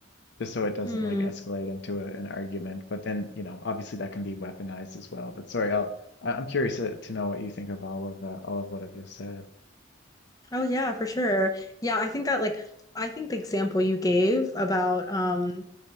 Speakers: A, on the left; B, on the left.
A: just so it doesn't
B: hmm
A: like escalate into a, an argument. But then, you know, obviously that can be weaponized as well. But sorry, I'll, I- I'm curious to, to know what you think of all of uh, all of what I've just said.
B: Oh, yeah, for sure. Yeah, I think that, like, I think the example you gave about, um,